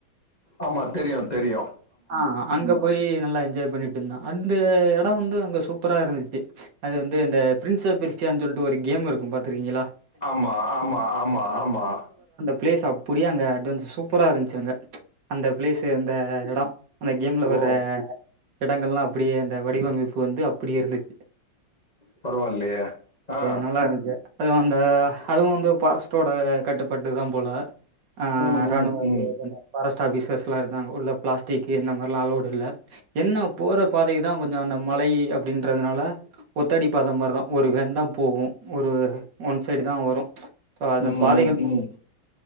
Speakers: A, on the left; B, on the right.
A: ஆமா தெரியு தெரியு
B: அ அங்கப் போயி நல்லா என்ஜாய் பண்ணிட் இருந்தோ அந்த இடம் வந்து அங்கே சூப்பரா இருந்ச்சு அது வந்து இந்த பிரண் ச பிரிச்சான் சொல்ட்டு ஒரு கேம் இருக்கு பாத்ருக்கீங்களா
A: ஆமா ஆமா ஆமா ஆமா
B: ப்ளேஸ் அப்டியே அங்க அட்வெஞ் சூப்பரா இருச்சு அங்க ச் அந்த ப்ளேசு அந்த இடம் அந்த கேம்ல வர்ற
A: ஓ
B: அ இடங்கள்லா அப்படியே அந்த வடிவமைப்பு வந்து அப்படிே இருந்துச்
A: பரவாயில்லையே அ
B: நல்லா ம் இருந்துச்சு அது அந்த அதுவு வந்து பார்டுட்டோட கட்டுப்பாட்டு தா போல அ
A: ம்
B: ராணுவ
A: ம் ம்
B: பாரஸ்ட் ஆபீசர்ஸ் எல்லா இருகங்கா உள்ள பிளாஸ் திக்கு இந்த மாதிரிலாம் அளவுடு இல்ல என்ன போற பாதைதா கொஞ்ச அந்த மழை அப்படின்றதுனால ஒத்தடி பாத மாரிதான் ஒரு வேன் தா போவும் ஒரு ஒன் சைடு தா வரும் ஸோ அந்த
A: ம்
B: பாதைகள்
A: ம் ம்